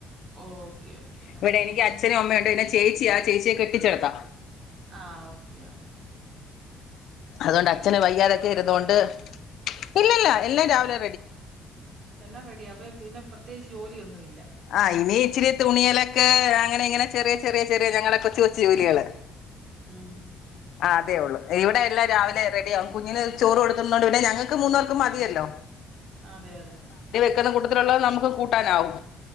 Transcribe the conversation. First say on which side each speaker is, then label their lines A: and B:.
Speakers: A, on the right; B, on the left.
A: ഓക്കെ ഓക്കേ ആ
B: ഇവിടെ എനിക്ക്
A: ആഹ്
B: അച്ഛനും
A: ആഹ്
B: അമ്മയുണ്ട് പിന്നെ ചേച്ചിയാ ചേച്ചിയെ കെട്ടിച്ചെടുത്താ
A: ആഹ് ഓക്കെയാ
B: അതുകൊണ്ട് അച്ഛന് വയ്യാതൊക്കെ
A: വെക്കണോ
B: ഇരുന്നൊണ്ട്
A: ഇനി
B: ഇല്ലല്ല എല്ലാം രാവി
A: എല്ലാം റെഡിയാ അപ്പൊ പി പിന്നെ പ്രതേകിച്ച് ജോലിയൊന്നുയി
B: ആഹ് ഇനി ഇച്ചിരി തുണിയലൊക്കെ അങ്ങനെ ഇങ്ങനെ ചെറിയ ചെറിയ ചെറിയ ഞങ്ങളെ കൊച്ച് കൊച്ചു ജോലികള്
A: ഉം ഉം
B: ആ അതേ ഒള്ളു ഇവിടെ ല്ലാ രാവിലെ റെഡിയാകും കുഞ്ഞിന് ചോറ് കൊടുക്കുന്നത് കൊണ്ട് പിന്നെ ഞങ്ങക്ക് മൂന്നോർക്കും മതിയല്ലോ
A: അതെ അതെ
B: ചെല കൂട്ടത്തിലുള്ളത് നമുക്ക് കൂട്ടാനാവും